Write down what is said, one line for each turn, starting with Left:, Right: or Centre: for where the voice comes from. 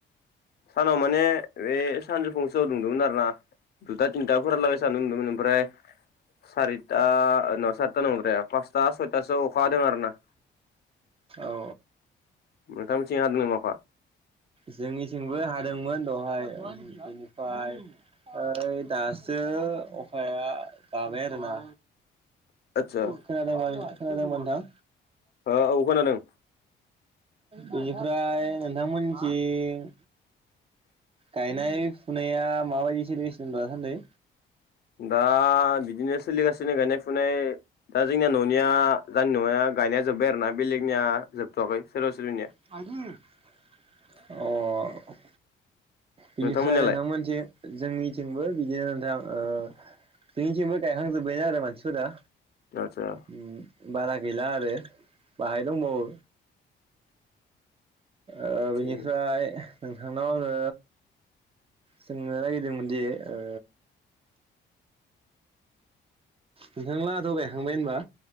Left: सानाव माने बे सानजौ फुंसमावआव दुंदोंमोन आरोना दुथा तिन्था फोरहालागे सान्दुं दुगो ओमफ्राय। सारिथा नङा सारिथा नंद्राया पासथा सयथासोआव अखा हादों आरो ना। <inaudible>
Right: औ
Left: नोंथांमोनथिं हादों नामा अखा।
Right: जोंनिथिंबो हादोंमोन दहाय बेनिफ्राय ओइ दासो अखाया गाबाय आरो ना
Left: <inaudible> आदसा
Right: खोनादोंबा खोनादोंबा नोंथां
Left: ओ औ खोनादों
Right: बिनिफ्राय नोंथां मोननिथिं गायनाय फुनाया माबायदि सोलिगसिनो दासान्दै
Left: दा बिदिनो। सोलिगासिनो गायनाय फुनाय दा जोंनिया न'निया जानि न'निया गायनाया जोब्बाय आरोना बेलेगनिया जोबथ'वाखै सोरबा सोरबिनिया।
Right: <unintelligible>
Left: <inaudible>
Right: अ बिनिफ्राय
Left: नोंथांमोननियालाय
Right: नोंथांमोनथि जोंनिथिंबो बिदिनो नोंथां ओ जोंनिथिंबो गायखांजोब्बायानो आरो मानसिफोरा।
Left: गाजा।
Right: उम बारा गैला आरो बाहाय दंबावो। ओ
Left: थिगानो
Right: बिनिफ्राय नोंथांनाव आंङो सोंनो नागिरदोंमोनदि ओ नोंथांलाहा थ' गायखांबाय होनबा।